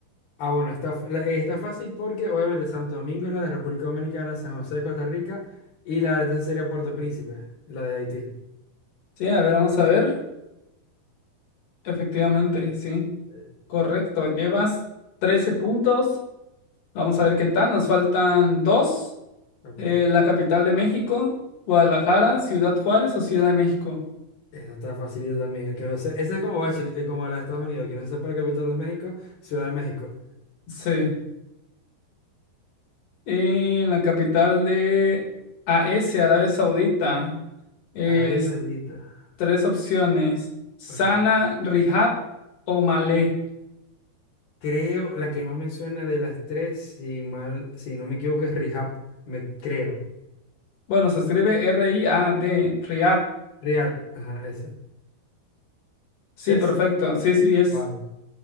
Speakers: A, on the left; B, on the left.
A: Ah, bueno, está, f- la- está fácil porque obviamente Santo Domingo es la de República Dominicana, San José de Costa Rica y la de esta sería Puerto Príncipe, la de Haití.
B: Sí, a ver, vamos a ver. Efectivamente, sí.
A: Eh,
B: Correcto, llevas 13 puntos. Vamos a ver qué tal. Nos faltan dos.
A: Ok.
B: Eh, la capital de México, Guadalajara, Ciudad Juárez o Ciudad de México.
A: Esa está facilita también. El que no se- ese es como, Washi- eh, como la de Estados Unidos. El que no se sepa el capital de México, Ciudad de México.
B: Sí. Y la capital de A AS, Arabia Saudita. Es
A: Arabia Saudita.
B: tres opciones. Sana,
A: Ok.
B: Rihab o Malé.
A: Creo, la que más me suena de las tres, si mal, si no me equivoco, es Rihab. Me creo.
B: Bueno, se escribe R-I-A-D, Rihab.
A: Riyadh. Ajá, esa.
B: Sí,
A: ¿Es?
B: perfecto. Sí, sí, es.
A: Vale.